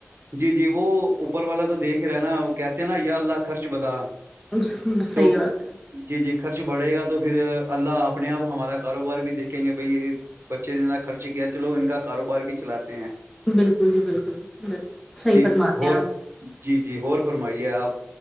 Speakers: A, on the right; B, in the centre.
A: جی جی وہ اوپر والا تو دیکھ رہا ہے نا وہ کہتے ہیں نا یا اللہ خرچ بدا
B: اس صحیح
A: تو
B: بات ہے
A: جی جی خرچ بڑھے گا تو پھر اللہ اپنے آپ ہمارا کاروبار بھی دیکھیں گے بھائی یہ بچے نے جتنا خرچ کیا چلو ان کا کاروبار بھی چلاتے ہیں
B: بالکل جی بالکل بالکل صحیح
A: جی
B: فرماتے
A: ہو
B: ہیں آپ
A: جی جی ہو فرمائیے آپ